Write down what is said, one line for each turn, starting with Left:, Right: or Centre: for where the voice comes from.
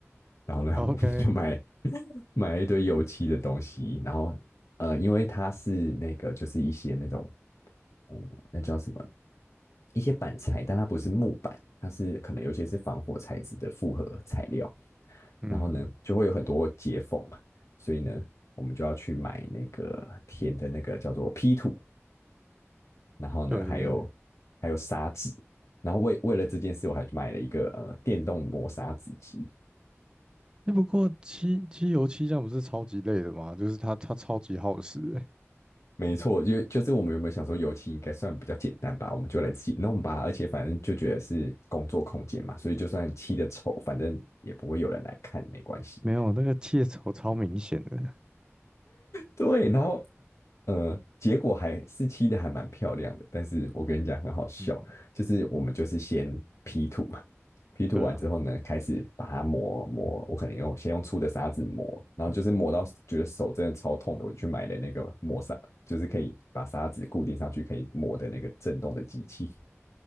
Left: 然后呢
Right: ，OK，
Left: <laughs> 我们就买买了一堆油漆的东西，然后呃因为它是那个就是一些那种嗯、呃那叫什么？一些板材，但它不是木板，它是可能有些是防火材质的复合材料，
Right: 嗯，
Left: 然后呢就会有很多接缝嘛，所以呢我们就要去买那个填的那个叫做 P 土，然后呢还有
Right: 对对。
Left: 还有砂纸，然后为为了这件事我还去买了一个呃电动磨砂纸机。
Right: 那不过漆漆油漆这样不是超级累的吗？就是它它超级耗时诶，
Left: 没错，就就是我们原本想说油漆应该算比较简单吧，我们就来自己弄吧。而且反正就觉得是工作空间嘛，所以就算漆的丑，反正也不会有人来看，没关系。
Right: 没有那个切头超明显的。
Left: 对，然后呃，结果还是漆的还蛮漂亮的，但是我跟你讲很好笑，
Right: <laughs> 嗯，
Left: 就是我们就是先 P 图嘛，P 图完之后呢，
Right: 对啊，
Left: 开始把它磨磨，我可能用先用粗的砂纸磨，然后就是磨到觉得手真的超痛的，我就去买了那个磨砂，就是可以把砂纸固定上去可以磨的那个震动的机器，